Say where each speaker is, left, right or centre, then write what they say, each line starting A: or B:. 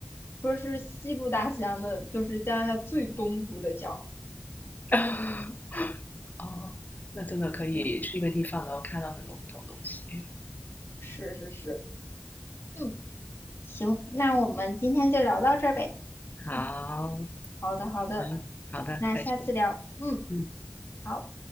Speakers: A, on the left; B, on the left.
A: 说是西部大西洋的，就是加拿大最东部的角。
B: <laughs> 哦，那真的可以去一个地方，
A: 对，
B: 然后看到很多不同东西。
A: 是是是。嗯，行，那我们今天就聊到这儿呗。
B: 好，
A: 嗯，好的，好的，
B: 好，好的，
A: 那下次聊。
B: 再见。
A: 嗯，
B: 嗯。
A: 好。